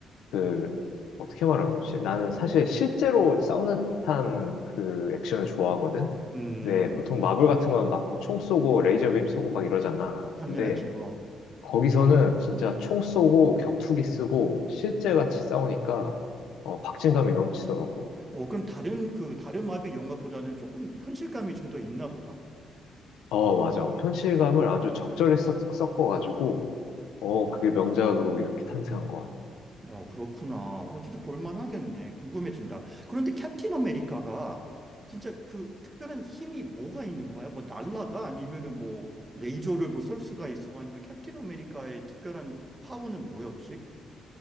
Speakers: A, on the left; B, on the right.
A: 그 어떻게 말하면 좋지? 나는 사실 실제로 싸우는 듯한 그 액션을 좋아하거든.
B: 음,
A: 근데 보통 마블 같은 건 막 총 쏘고 레이저 빔 쏘고 막 이러잖아.
B: 당연하죠.
A: 근데 거기서는 진짜 총 쏘고 격투기 쓰고 실제 같이 싸우니까 어, 박진감이 넘치더라고.
B: 어, 그럼 다른 그 다른 마비 영화보다는 조금 현실감이 좀 더 있나 보다.
A: 어, 맞아. 현실감을 아주 적절히 섞- 섞어가지고 어, 그게 명작으로 이렇게 탄생한 것 같아.
B: 어, 그렇구나. 어, 진짜 볼만하겠네. 궁금해진다. 그런데 캡틴 아메리카가 진짜 그 특별한 힘이 뭐가 있는 거야? 뭐 날라가? 아니면은 뭐 레이저를 뭐 쏠 수가 있어? 아니면 캡틴 아메리카의 특별한 파워는 뭐였지?